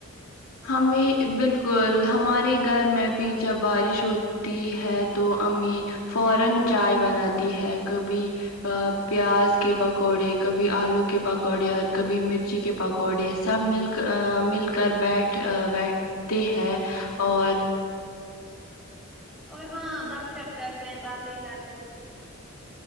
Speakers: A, on the left (about 90°); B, in the centre.
A: ہمیں بالکل ہمارے گھر میں بھی جب بارش ہوت ی ہے تو امی فورن چائے بناتی ہے کبھی پیاز کے پکوڑے کبھی آلو کے پکوڑے اور کبھی مرچی کے پکوڑے سب مل آں مل کر بیٹھ بیٹھتے ہیں اور
B: اور ہاں گپ شپ کرتے ہیں باتیں کرتے ہیں